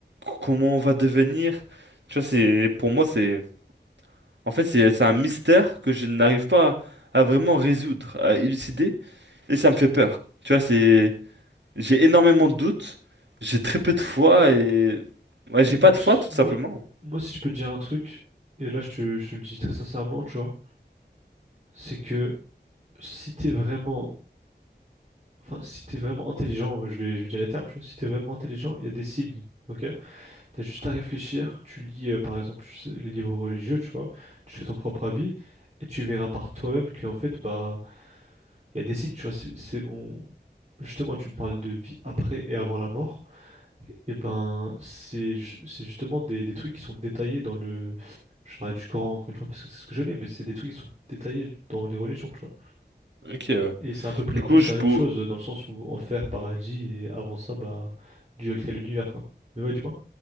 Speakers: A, on the right; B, on the right.
A: c- comment on va devenir. Tu vois, c'est, pour moi, c'est, en fait, c'est c'est un mystère que je n'arrive pas à, à vraiment résoudre, à élucider. Et ça me fait peur. Tu vois, c'est j'ai énormément de doutes, j'ai très peu de foi et ouais,
B: Écoute,
A: j'ai pas de foi tout
B: moi,
A: simplement.
B: moi, si je peux te dire un truc, et là, je te, je te le dis très sincèrement, tu vois, c'est que si t'es vraiment, enfin, si t'es vraiment intelligent, je vais, je vais dire les termes, tu vois, si t'es vraiment intelligent, il y a des signes, ok? T'as juste à réfléchir, tu lis, euh, par exemple, je sais, les livres religieux, tu vois, tu fais ton propre avis, et tu verras par toi-même qu'en fait, bah, il y a des signes, tu vois, c'est, c'est- on... Justement, tu me parles de vie après et avant la mort. et ben, c'est ju- c'est justement des, des trucs qui sont détaillés dans le. Je parlais du Coran encore une fois parce que c'est ce que je l'ai, mais c'est des trucs qui sont détaillés dans les religions, tu vois.
A: Ok, ouais.
B: Et c'est à peu près
A: Du
B: tous
A: coup, je
B: la même
A: pour...
B: chose dans le sens où enfer, paradis, et avant ça, bah, Dieu a créé l'univers, quoi. Mais ouais, dis-moi.